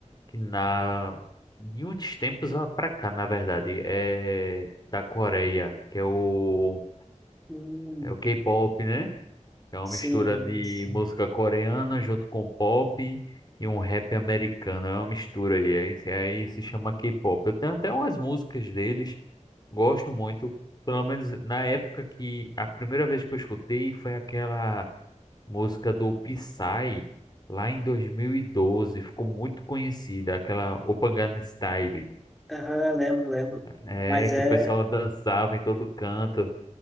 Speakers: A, on the left; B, in the centre.
A: que na de uns tempos a- pra cá, na verdade, é da Coreia, que é o
B: Hum,
A: é o K-pop, né? que é uma
B: sim,
A: mistura de
B: sim.
A: música coreana junto com pop e um rap americano. É uma mistura aí, aí, aí se chama K-pop. Eu tenho até umas músicas deles, gosto muito, pelo menos na época que a primeira vez que eu escutei foi aquela música do Psy, lá em 2012, ficou muito conhecida, aquela Gangnam Style,
B: Aham, lembro, lembro.
A: é,
B: Mas
A: que
B: é,
A: o pessoal dançava em todo canto.